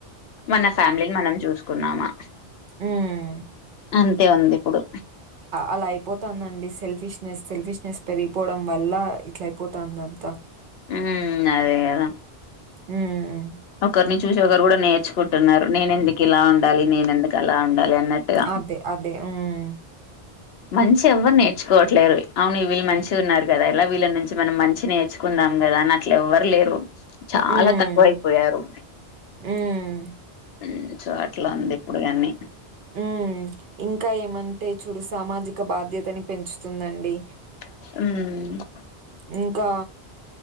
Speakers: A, on the left (about 70°); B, on the right (about 55°).
A: మన ఫ్యామిలీని మనం చూసుకున్నామా
B: మ్
A: అంతే ఉంది ఇప్పుడు
B: అలా అయిపోతందండి సెల్ఫిష్నెస్ సెల్ఫిష్నెస్ పెరిగిపోవడం వల్ల ఇట్ల అయిపోతందంతా
A: మ్ అదే కదా
B: హ్మ్.
A: ఒకర్ని చు సి ఒకరు కూడా నేర్చుకుంటున్నారు నేను ఎందుకు ఇలా ఉండాలి నేనెందుకు అలా ఉండాలి అన్నట్టుగా
B: అదే అదే మ్
A: మంచి ఎవ్వరు నేర్చుకోవట్లేరు అవును వీళ్ళు మంచిగా ఉన్నారు కదా ఇలా వీళ్ళ నుంచి మనం మంచి నేర్చు కుందాం కదా అని అట్ల ఎవ్వరు లేరు చాలా
B: హ్మ్.
A: తక్కువైపోయారు
B: హ్మ్.
A: మ్ సో అట్లా ఉంది ఇప్పుడు కన్ని
B: మ్ ఇంకా ఏమంటే చూడు సామాజిక బాధ్యతని పెంచుతుందండి
A: మ్
B: ఇంకా